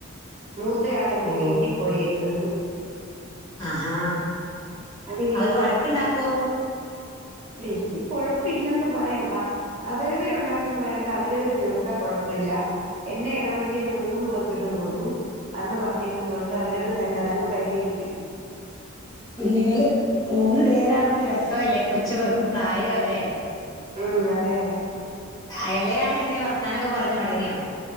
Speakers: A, on the right; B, on the left.
A: മൂത്തയാളെന്റെ
B: ഓ
A: വീട്ടി പോയേക്കുന്നു
B: ആഹാ
A: അതിനിയിപ്പം
B: അവര് വഴക്കുണ്ടാക്കോ
A: വല്ല്യ കൊഴപ്പില്ലെന്ന് പറയാം പ അവരവരുണ്ടാക്കുന്ന വഴക്ക് അവരവര് തീർത്താ കൊഴപ്പില്ല എന്നെ എടപെടുത്തിയാ ഞാൻ മൂന്ന് പേർക്കിട്ടും കൊടുക്കും അന്ന് പറഞ്ഞ ക്കുന്നോണ്ട് അവരവര് തന്നെ അതങ്ങ് പരിഹരിക്കും
B: കുഞ്ഞുങ്ങള് മൂന്ന് പേരാവുമ്പോ രസവല്ലേ കൊച്ചു പ്രായവല്ലേ
A: ഉം അതെയതെ
B: ആഹ് ഇളയാളെങ്ങനെയാ വർത്താനൊക്കെ പറഞ്ഞ് തൊടങ്ങിയോ